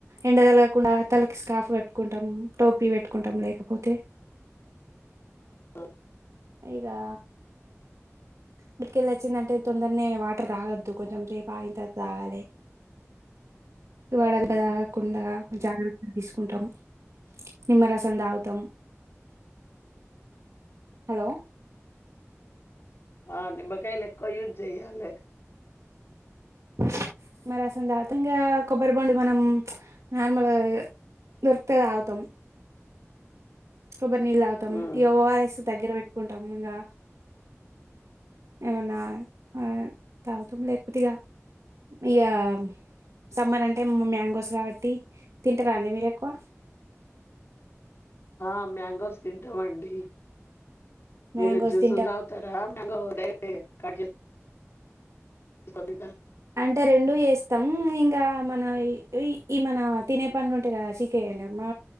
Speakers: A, on the right; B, on the left.
A: ఎండ తలగకుండా తలకి స్కాఫ్ కట్టుకుంటాం టోపీ పెట్టుకుంటాం లేకపోతే
B: అ
A: ఇగా బటికెళ్ళచ్చిందంటే తొందరనే వాటర్ తాగొద్దు కొంచెం సేపు ఆగిం తరువాత తాగాలే వడ
B: అవును
A: దేబ్బ తాగకుండా జాగ్రతల్ తీసుకుంటాం నిమ్మరసం తాగుతాం హలో
B: ఆ నిమ్మకాయలేక్కువ యూజ్ చెయ్యాలే
A: నిమ్మరసం దాగితే ఇంగా కొబ్బరిబోండం మనం నార్మల్గా దోర్క్తే దాగుతం కొబ్బర్నీళ్ళు తాగుతాం
B: ఉమ్.
A: ఇగ ఓఆర్ఎస్ దగ్గర పెట్టుకుంటాం ఇంకా ఏమన్నా ఆ తాగుతుం లేకపోతే ఇయా సమ్మర్ అంటే మ్యాంగోస్ కాబట్టి తింటారండి మీరేక్కువ
B: ఆ మ్యాంగోస్ తింటమండి
A: మ్యాంగోస్
B: మీరు జ్యూసులు
A: తింటాం
B: తాగుతారా మ్యాంగో డైరెక్ట్ కట్జేస్ కొణిద
A: అంటే రెండు జేస్తాం ఇంకా మన ఈ మన తినే పండు ఉంటది కదా చికే మా